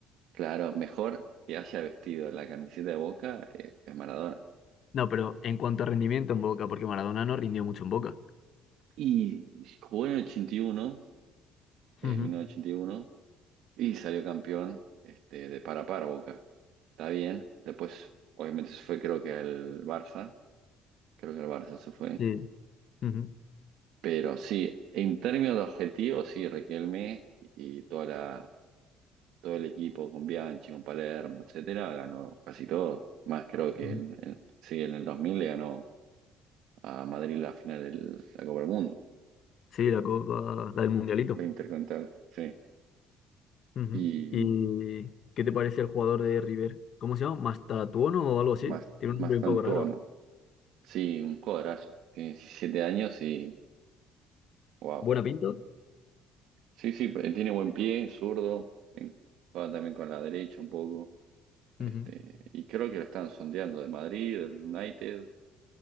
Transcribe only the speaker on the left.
No, pero en cuanto a rendimiento en Boca, porque Maradona no rindió mucho en Boca.
Ujú,
Sí, ujú,
ujú.
Sí, la Copa, la del Mundialito.
Ujú.
¿Y qué te parece el jugador de River? ¿Cómo se llama? ¿Mastatuono o algo así?
Tiene
un nombre
un poco raro.
¿Buena pinta?
Ujú.